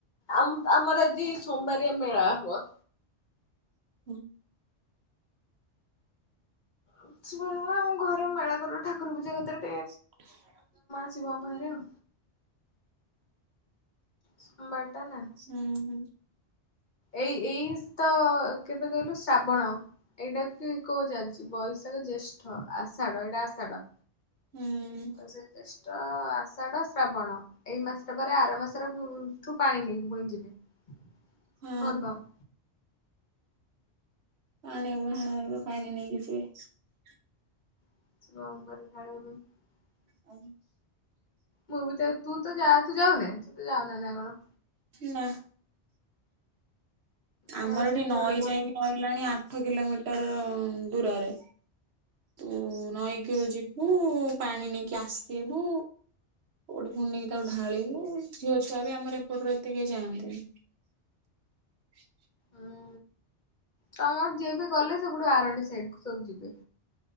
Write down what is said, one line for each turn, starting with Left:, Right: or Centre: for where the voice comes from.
Left: ଆମ ଆମର ଆଜି ସୋମବାରିଆ ମେଳା ହବ।
Right: ହୁଁ।
Left: ଉତ୍ସୁ ପୂର୍ଣ୍ଣିମା ଆମ ଘରେ ମେଳା କରୁ ଠାକୁର ପୂଜା କାତିରେ
Right: <inaudible>
Left: ଶିବ ଙ୍କ ପାଖରେ ଆଉ। ସୋମବାର ଟା ନା
Right: ହୁଁ ହୁଁ।
Left: ଏଇ ଏଇ ତ କେବେ କହିଲୁ ଶ୍ରାବଣ ଏଇଟା କି କୋଉ ଚାଲିଛି? ବୈଶାଖ ଜ୍ୟେଷ୍ଠ ଆଷାଢ ଏଇଟା ଆଷାଢ।
Right: ହୁଁ
Left: ଆଚ୍ଛା। ଆଷାଢ ଶ୍ରାବଣ ଏଇ ମାସଟା ପରେ ଆର ମାସ ଠୁ ପାଣି ନେଇକି ପୁଣି <unintelligible>
Right: ହଁ।
Left: ବୋଲବମ୍।
Right: ପାଣି ବୁହା ହବ। ପାଣି ନେଇକି ଯିବେ।
Left: <unintelligible>
Right: ଆ
Left: ମୁଁ ବି ତ ତୁ ତ ଯା ତୁ ଯାଉନେ ତୁ ତ ତା ନାଁ କଣ?
Right: ନା ଆମର
Left: ମୋର ସେଠି
Right: ଏଠି ନଈ
Left: ଗୋଟେ ପଡିବ
Right: ଯାଇକି ରହିଲାଣି ଆ ଆଠ କିଲୋମିଟର ଦୂରରେ ତୁ ନଈକିଉ ଯିବୁ ପାଣି ନେଇକି ଆସିବୁ ପୁଣି ନେଇକି ତାକୁ ଢାଳିବୁ ଝିଅ ଛୁଆ ବି ଆମର ଏପଟରୁ ଏତେ କେହି ଜାଣନ୍ତିନି ହ
Left: ହୁଁ ତମର ଯିଏ ବି ଗଲେ ସେବୁଠୁ ଆରଡି ସାଇଡ କୁ ସବୁ ଯିବେ